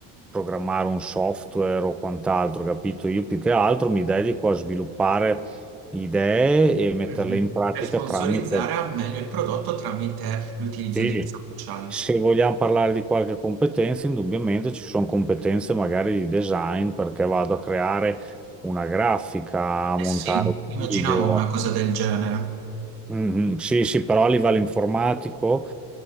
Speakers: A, in the centre; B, on the right.
A: programmare un software o quant'altro, capito? Io più che altro mi dedico a sviluppare idee e metterle
B: Mhm.
A: in pratica
B: Per sponsorizzare
A: tramite.
B: al meglio il prodotto tramite l'utilizzo
A: Sì,
B: dei social.
A: se vogliamo parlare di qualche competenza, indubbiamente ci sono competenze magari di design perché vado a creare una grafica, a
B: Eh
A: montare
B: sì,
A: un
B: immaginavo
A: video.
B: una cosa del genere.
A: Mhm, Sì, sì, però a livello informatico